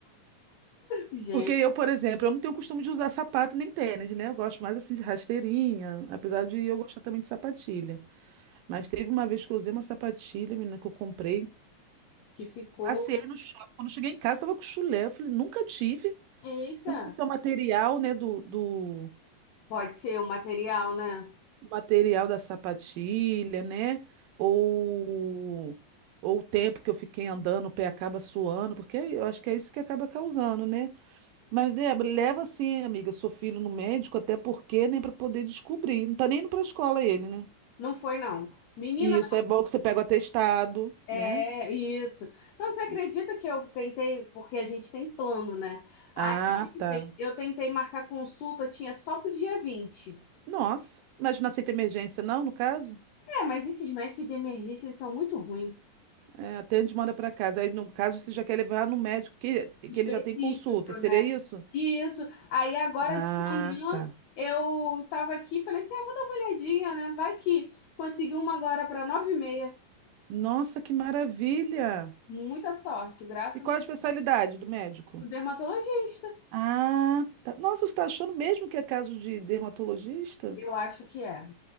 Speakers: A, on the right; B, on the left.
A: <laughs>
B: Gente,
A: Porque eu, por exemplo, eu não tenho costume de usar sapato nem tênis, né? Eu gosto mais assim de rasteirinha, apesar de eu gostar também de sapatilha. Mas teve uma vez que eu usei uma sapatilha, menina, que eu comprei.
B: que ficou.
A: Passei no shopping. Quando eu cheguei em casa, tava com chulé. Eu falei, nunca tive.
B: Eita,
A: Eu não sei se é o material, né, do, do
B: pode ser o material, né?
A: material da sapatilha, né? Ou, ou o tempo que eu fiquei andando, o pé acaba suando, porque é, eu acho que é isso que acaba causando, né? Mas, Débora, leva sim, amiga, seu filho no médico, até porque, né, para poder descobrir. Não tá nem indo pra escola ele, né?
B: Não foi, não. Menina,
A: E isso é bom que você pega o atestado,
B: É
A: né?
B: isso. Não, você acredita
A: Isso.
B: que eu tentei, porque a gente tem plano, né? Aí
A: Ah,
B: ontem
A: tá.
B: eu tentei marcar consulta, tinha só pro dia vinte
A: Nossa, mas não aceita emergência, não, no caso?
B: É, mas esses médicos de emergência, eles são muito ruins.
A: É, até a gente manda para casa. Aí, no caso, você já quer levar no médico que,
B: Específico,
A: que ele já tem consulta. Seria
B: né?
A: isso?
B: Isso. Aí agora
A: Ah,
B: de manhã
A: tá.
B: eu tava aqui e falei assim: ah, vou dar uma olhadinha, né? Vai que consegui uma agora para nove e meia.
A: Nossa, que maravilha!
B: Muita sorte, graças
A: E qual
B: ao
A: a especialidade do médico?
B: dermatologista.
A: Ah, tá. Nossa, você está achando mesmo que é caso de dermatologista?
B: Eu acho que é.